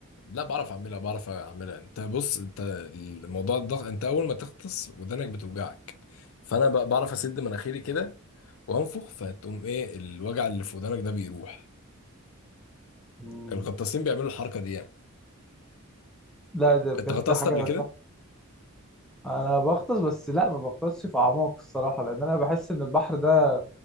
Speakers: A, on the left; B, in the centre.
A: لا بعرف اعملها بعرف اعملها انت بص انت الموضوع الضغط انت اول ما تغطس ودانك بتوجعك فانا بقى بعرف اسد مناخيري كده وانفخ فتقوم ايه الوجع اللي في ودانك ده بيروح
B: مم.
A: الغطاسين بيعملوا الحركه دي يعني
B: لا ده بجد
A: انت غطست
B: حاجة
A: قبل كده
B: تحفة انا بغطس بس لا ما بغطسش في اعماق الصراحة لان انا بحس ان البحر ده